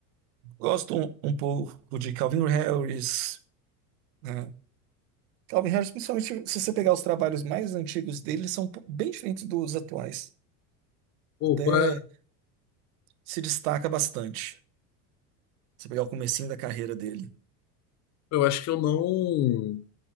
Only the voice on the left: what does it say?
Pô,
qual é?
Eu acho que eu não.